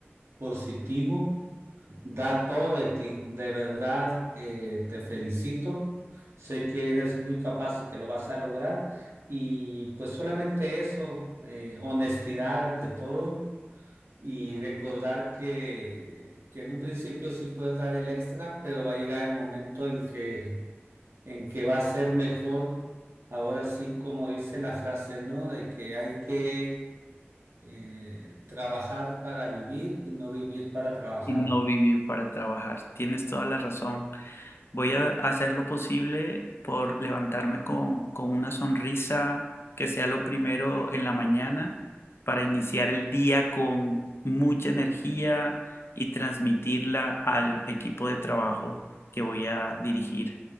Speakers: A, on the right; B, on the left.
A: positivo. Da todo de ti, de verdad eh, te felicito. Sé que eres muy capaz y que lo vas a lograr. Y pues solamente eso, eh, honestidad ante todo y recordar que, que en un principio sí puedes dar el extra, pero va a llegar el momento en que, en que va a ser mejor. Ahora sí, como dice la frase, ¿no? De que hay que eh, trabajar para vivir y no vivir para trabajar.
B: y no vivir para trabajar? Tienes toda la razón. Voy a hacer lo posible por levantarme con, con una sonrisa que sea lo primero en la mañana para iniciar el día con mucha energía y transmitirla al equipo de trabajo que voy a dirigir.